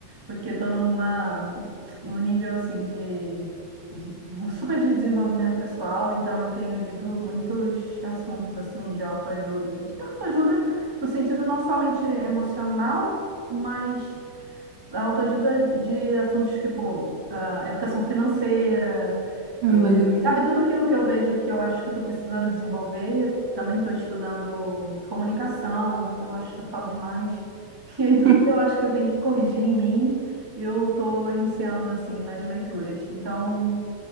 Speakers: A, on the right; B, on the right.
A: porque estou numa num nível assim de, de super de desenvolvimento pessoal, então eu tenho lido muitos assuntos assim de autoajuda, de autoajuda no sentido não somente emocional, mas a autoajuda de assuntos tipo ah, educação financeira,
B: Ah, legal.
A: Sabe, tudo aquilo que eu vejo que eu acho que eu estou precisando desenvolver, também estou estudando comunicação, eu acho que eu falo demais. <laughs> E aí, tudo
B: Hum,
A: que eu acho que eu tenho que corrigir em mim, eu estou iniciando, assim, nas leituras. Então,